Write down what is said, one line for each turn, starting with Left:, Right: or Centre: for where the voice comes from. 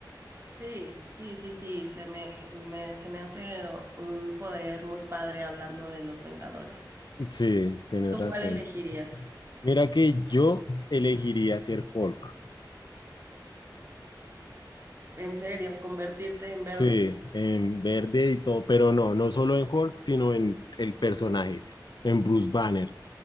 Right: Sí, sí, sí, sí, se me, me, se me hace un poder muy padre hablando de los Vengadores.
Left: Sí, tienes
Right: ¿Tú
Left: razón.
Right: cuál elegirías?
Left: Mira que yo elegiría ser Hulk.
Right: En serio, convertirte en
Left: Sí,
Right: verde.
Left: en verde y todo, pero no, no solo en Hulk, sino en el personaje, en Bruce Banner,